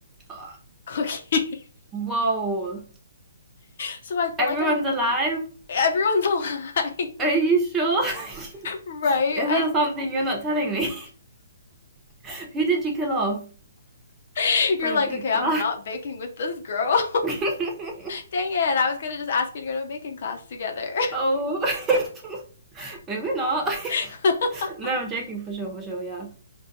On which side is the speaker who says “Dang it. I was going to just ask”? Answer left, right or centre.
Left